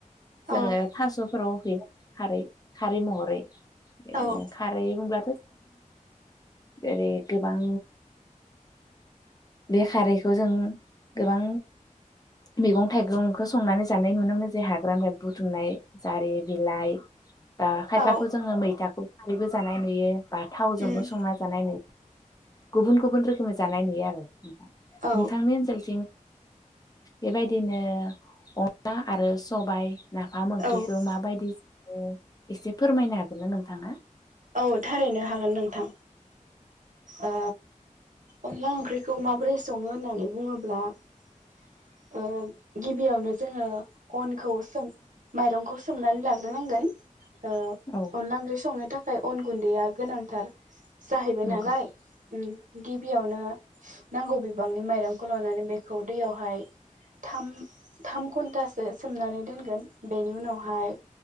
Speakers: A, on the left; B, on the right.
A: जोङो
B: औ
A: थासफोराव होयो खारै-खारै महरै बिदिनो
B: औ
A: खारै होनब्लाथ जेरै गोबां बे खारैखौ जों गोबां मैगं थाइगंखो संनानै जानाय नुनो मोनो <unintelligible> हाग्रानिफ्राय बुथुमनाय जारि बिलाइ बा खायफाखौ
B: औ
A: जोङो मैथाखौ खारैबो जानाय नुयो बा <unintelligible>
B: उम
A: संना जानाय नुयो गुबुन गुबुन रोखोमै जानाय नुयो आरो
B: औ
A: नोंथांनि ओनसोलथिं बेबायदिनो अनला आरो सबाय नाफाम ओंख्रिखौ
B: औ औ
A: माबायदि <unintelligible> एसे फोरमायनो हागोन ना नोंथाङा
B: औ थारैनो हागोन नोंथां ओ अनला ओंख्रिखौ माबोरै सङो होननानै बुङोब्ला ओ गिबियावनो जोङो अनखौ सोम माइरंखौ सोमनानै लाग्रोनांगोन ओ
A: औ
B: अनला ओंख्रि संनो थाखाय अन गुन्दैआ गोनांथार जाहैबाय
A: नंगौ
B: नालाय उम गिबियावनो नांगौ बिबांनि माइरंखौ लानानै बेखौ दैयावहाय थाम थाम घन्टासो सोमनानै दोनगोन बेनि उनावहाय